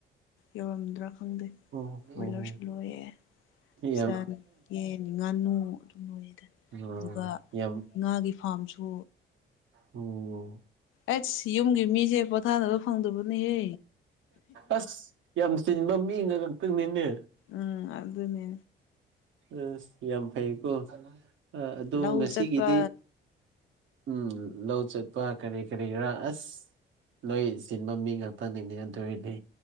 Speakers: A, on the left (about 80°); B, on the right (about 75°).
A: ꯌꯧꯔꯝꯗ꯭ꯔꯥ ꯈꯪꯗꯦ
B: ꯑꯣ
A: ꯕꯣꯏꯂꯔꯁꯨ
B: ꯑꯣ
A: ꯂꯣꯏꯌꯦ
B: ꯌꯥꯝ
A: ꯁꯟ ꯌꯦ ꯉꯥꯅꯨ ꯑꯗꯨꯝ ꯂꯣꯏꯌꯦꯗ
B: ꯍꯣꯏ
A: ꯑꯗꯨꯒ
B: ꯌꯥꯝ
A: ꯉꯥꯒꯤ ꯐꯥꯔꯝꯁꯨ
B: ꯎꯝ
A: ꯑꯩꯁ ꯌꯨꯝꯒꯤ ꯃꯤꯁꯦ ꯄꯣꯊꯥꯅꯕ ꯐꯪꯗꯕꯅꯤꯌꯦ
B: ꯑꯁ ꯌꯥꯝ ꯆꯤꯟꯕ ꯃꯤꯅ ꯉꯛꯇꯅꯤꯅꯦ
A: ꯎꯝ ꯑꯗꯨꯅꯦ
B: ꯑꯁ ꯌꯥꯝ ꯐꯩꯀꯣ ꯑ ꯑꯗ
A: ꯂꯧ
B: ꯉꯁꯤꯒꯤꯗꯤ
A: ꯆꯠꯄ
B: ꯎꯝ ꯂꯧ ꯆꯠꯄ ꯀꯔꯤ ꯀꯔꯤ ꯔꯥ ꯑꯁ ꯂꯣꯏ ꯆꯤꯟꯕ ꯃꯤ ꯉꯥꯛꯇꯅꯤꯅꯦ ꯑꯗꯨ ꯑꯣꯏꯗꯤ